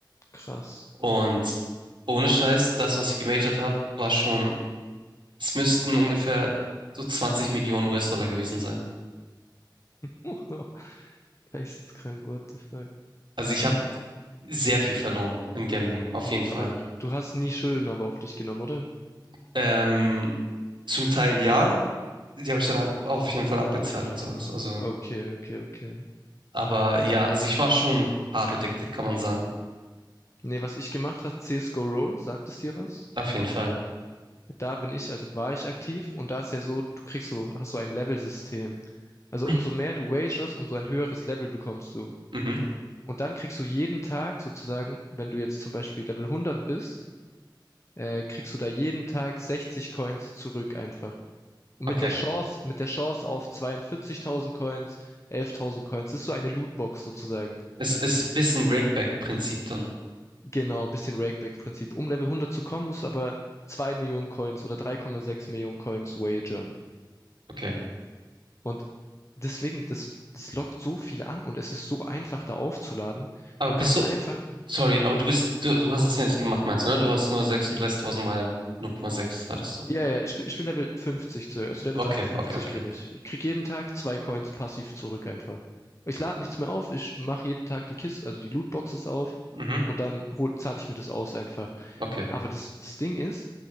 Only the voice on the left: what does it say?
Krass.
<laughs> Geisteskrank, what the fuck.
Aber du hast nie Schulden aber auf dich genommen, oder?
Okay, okay, okay.
Nee, was ich gemacht habe, CSGO Roll, sagt es dir was?
Da bin ich, also war ich aktiv und da ist ja so, du kriegst so, hast so ein Level-System. Also
umso mehr du wagerst, umso ein höheres Level bekommst du.
Und dann kriegst du jeden Tag sozusagen, wenn du jetzt zum Beispiel Level 100 bist, äh, kriegst du da jeden Tag 60 Coins zurück einfach. Und
mit der Chance, mit der Chance auf 42.000 Coins, 11.000 Coins, das ist so eine Lootbox sozusagen.
Genau, bisschen Rakeback-Prinzip. Um Level 100 zu kommen, musst du aber 2 Millionen Coins oder 3,6 Millionen Coins wagern.
Und deswegen, das, das lockt so viele an und es ist so einfach, da aufzuladen.
Du
kannst
einfach,
ja, ja, ich, bin- ich bin Level 50, zu- also Level
53
bin ich. Ich krieg jeden Tag zwei Coins passiv zurück einfach. Ich lade nichts mehr auf, ich mache jeden Tag die Kiste, also die Lootboxes auf
und dann hol, zahle ich mir das aus einfach.
Aber das, das Ding ist,